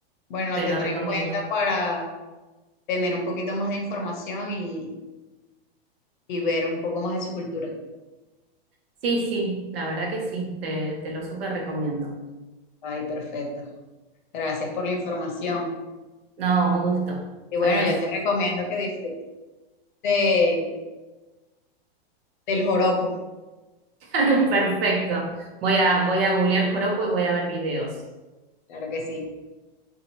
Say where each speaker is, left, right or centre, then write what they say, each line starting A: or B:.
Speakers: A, on the left; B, on the right.
A: Bueno,
B: te
A: lo tendré
B: lo recomiendo.
A: en cuenta para tener un poquito más de información y, y ver un poco más de su cultura.
B: Sí, sí, la verdad que sí, te, te lo súper recomiendo.
A: Ay, perfecto. Gracias por la información.
B: No, un gusto.
A: Y bueno,
B: Adiós.
A: yo te recomiendo que disfrutes de- del joropo.
B: <laughs> Perfecto. Voy a, voy a googlear joropo y voy a ver videos.
A: Claro que sí.